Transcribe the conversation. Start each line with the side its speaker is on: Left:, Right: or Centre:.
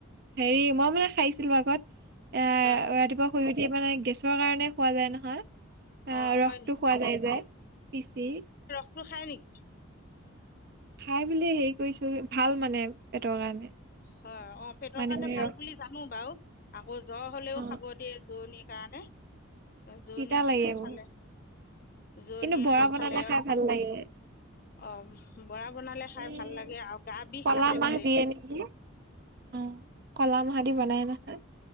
Right: হেৰি মই মানে খাইছিলো আগত এ
Left: হয়
Right: ৰাতিপুৱা শুই। এয়া মানে গেছৰ কাৰণে। খোৱা যায় নহয়, আহ
Left: অঁ
Right: ৰসটো
Left: হয় নেকি
Right: খোৱা যায় যায়, পিচি।
Left: ৰ খায় নিক।
Right: খাই ব হেৰি কৰিছো ভাল মানে পেটৰ কাৰণে।
Left: হয় অ' পেটৰ
Right: মানিমুনি
Left: কাৰণে ভাল
Right: ৰস
Left: বুলি জানো বাৰু। আকৌ জ্বৰ হলেও
Right: অ
Left: খাব দিয়ে জূুৰণি। কাৰানে। জোৰণি
Right: তিতা
Left: হলেও
Right: লাগে
Left: খালে,
Right: বহুত
Left: জোৰণীয়ে
Right: কিন্তু বৰা
Left: হয়
Right: বনালে
Left: খালে,
Right: খাই ভাল লাগে
Left: অ' বৰা বনালে খাই
Right: এই
Left: ভাল লাগে আৰু গা বিষ
Right: কলা
Left: কাটে
Right: মাহ
Left: বোলে।
Right: দিয়ে নেকি অ' কল মাহদি বনাই নহয়।